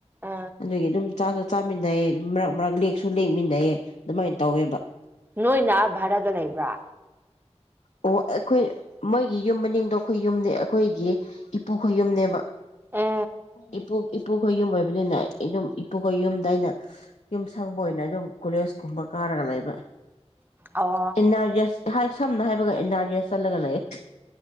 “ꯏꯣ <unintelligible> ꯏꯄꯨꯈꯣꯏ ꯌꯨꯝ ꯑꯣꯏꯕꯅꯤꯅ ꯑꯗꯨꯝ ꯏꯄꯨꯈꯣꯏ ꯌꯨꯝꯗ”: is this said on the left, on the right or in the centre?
Left